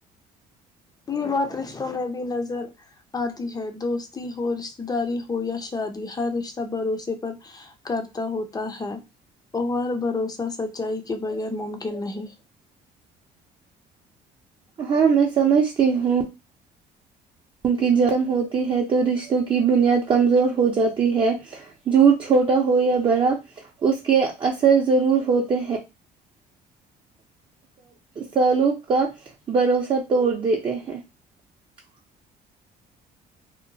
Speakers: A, on the left; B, on the right.
A: یہ بات رشتوں میں بھی نظر آتی ہے دوستی ہو رشتتے داری ہو یا شادی ہر رشتہ بھروسے پر کرتا ہوتا ہے اور بھروسہ سچائی کے بغیر ممکن نہیں <unintelligible>
B: ہاں میں سمجھتی ہوں کیونکہ جرم ہوتی ہے تو رشتوں کی بنیاد کمزور ہو جاتی ہے جھوٹ چھوٹا ہو یا بڑا اس کے اثر ضرور ہوتے ہیں سولوق کا بھروسہ توڑ دیتے ہیں <unintelligible>